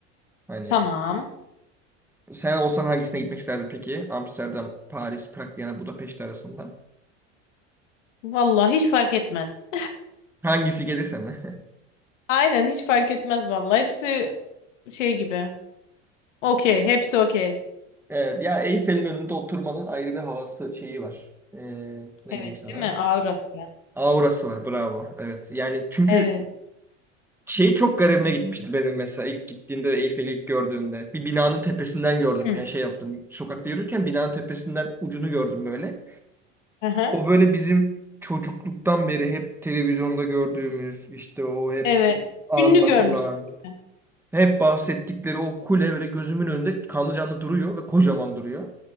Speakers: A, in the centre; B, on the left.
A: Hani
B: Tamam.
A: sen olsan hangisine gitmek isterdin peki? Amsterdam, Paris, Prag, Viyana, Budapeşte arasında.
B: Vallahi hiç fark etmez.
A: Hangisi gelirse mi? <laughs>
B: <laughs> Aynen hiç fark etmez vallahi. Hepsi şey gibi. Okey. Hepsi okey.
A: Evet ya Eyfel'in önünde oturmanın ayrı bir havası şeyi var. Ee, ne
B: Evet
A: diyeyim sana?
B: değil mi? Avrasya.
A: Aurası var bravo. Evet yani çünkü
B: Evet.
A: Şey çok garibime gitmişti benim mesela ilk gittiğimde Eyfel'i ilk gördüğümde. Bir binanın tepesinden gördüm.
B: Hı.
A: Yani şey yaptım. Sokakta yürürken binanın tepesinden ucunu gördüm böyle.
B: Aha.
A: O böyle bizim çocukluktan beri hep televizyonda gördüğümüz işte o hep
B: Evet.
A: anlatılan
B: Ünlü görmüşsün gibi.
A: hep bahsettikleri o kule böyle gözümün önünde kanlı canlı duruyor ve kocaman duruyor.